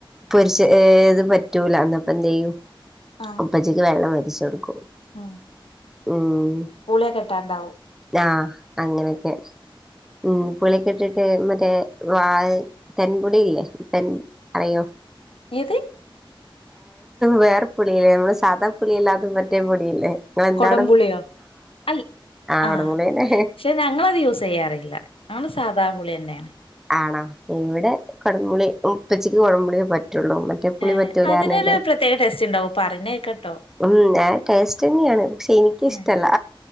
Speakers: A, in the centre; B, on the left.
A: പൊരിച് ഏ ഇത് പറ്റൂല അന്നപ്പ എന്ത് ചെയ്യും
B: ആഹ്
A: ഉപ്പച്ചിയ്ക്ക് വെള്ളം വെ ഷെടുക്കും
B: ഉം
A: ഉം
B: പൂളിയ കെട്ടാണ്ടാവും
A: ആദ്യം അങ്ങനെക്കെ ഉം പുളിക്കെ ഇട്ടിട്ട് മറ്റേ വാ തെൻ പുഴില്ലേ തെൻ അറിയോ
B: ഏത്
A: വേറെ പുളില്ലേ നമ്മള് സാധാ പുളിയല്ലാത്തതും മറ്റേ പുളിയില്ലേ ആഹ് എന്താണും
B: കൊടംപുളിയോ അൽ
A: ആഹ് <unintelligible>
B: ആഹ്
A: തന്നെ
B: പക്ഷെ ഞങ്ങളത് യൂസെയ്യാറില്ല ഞങ്ങള് സാധാ പുളിയാ ന്നയാണ്
A: ആണാ ഇവിടെ കൊടംപുളി ഉപ്പച്ചിക്ക് കുടമ്പുളിയെ പ റ്റുള്ളൂ മറ്റേ പുളി
B: ഏഹ്
A: പറ്റുലന്നർന്നിട്ട്
B: അതിനൊരു പ്രത്യേക ടേസ്റ്റ് ഉണ്ടാവും പറയണ കേക്കട്ടോ
A: ഉം ആ ടേസ്റ്റ്ന്നെയാണ് പക്ഷെ എനിക്ക്‌ ഇഷ്ടല്ല
B: ഏഹ്